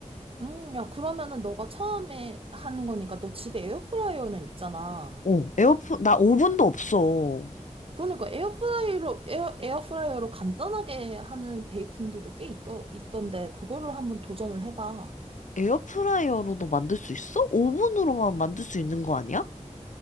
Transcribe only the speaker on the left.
어, 에어프, 나 오븐도 없어.
에어프라이어로도 만들 수 있어? 오븐으로만 만들 수 있는 거 아니야?